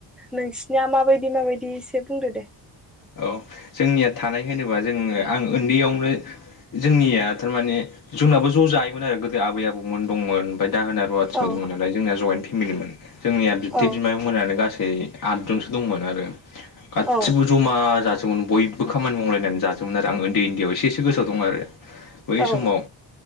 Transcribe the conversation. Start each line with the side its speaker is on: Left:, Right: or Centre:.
Centre: नोंसिनिया माबायदि माबायदि एसे बुंदो दे।
Left: औ जोंनिया थानाय होनोबा जोङो आं ओन्दैयावनो जोंनिया थारमाने जोंनाबो ज जायोमोन आरो गोदो आबै आबौमोन दंमोन ओमफाय दाहोना रुवाथिबो
Centre: औ
Left: दंमोन नालाय जोंना जयेन्ट फेमिलिमोन जोंनिया बिबथै
Centre: औ
Left: बिमायं मोनानो गासै आदजनसो दंमोन आरो गासिबो
Centre: औ
Left: जमा जाजोब बयबो खामानि मावलायनानै जाजोबोमोन आरो आं उन्दै उन्दैआव एसे एसे गो सोआव दङ आरो बै
Centre: औ
Left: समाव